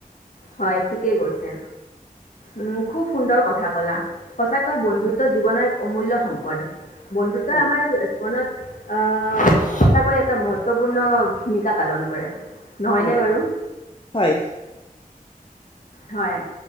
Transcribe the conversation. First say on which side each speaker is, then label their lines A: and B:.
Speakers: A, on the left; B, on the left.
A: হয়, ঠিকেই কৈছে। উম, খুব সুন্দৰ কথা ক'লা। সঁচাকৈ বন্ধুত্ব জীৱনৰ অমূল্য সম্পদ। বন্ধুত্বই
B: হয়
A: আমাৰ জীৱনত আ সঁচাকৈয়ে এটা মহত্বপূৰ্ণ ভূমিকা পালন কৰে। নহয়নে
B: হয়।
A: বাৰু
B: হয়।
A: হয়।